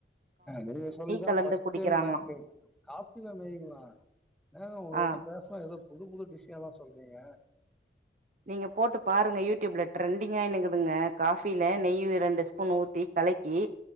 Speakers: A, in the centre; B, on the right.
A: நீங்க சொல்லிதான்
B: கலந்து
A: பஸ்ட்டைம்
B: குடிக்கிறாங்களா
A: காபில நங்களாம் நாங்க உங்ககிட்ட
B: ஆ
A: பேசலாம் அத புது புழு விஷயம் எல்லாம் சொல்றீங்க
B: நீங்க போட்டு பாருங்க யூடியூப்ல டரெண்டிங்காக்குதுங்க காஃபில நெய் ரெண்டு ஸ்பூன் ஊத்தி கலக்கி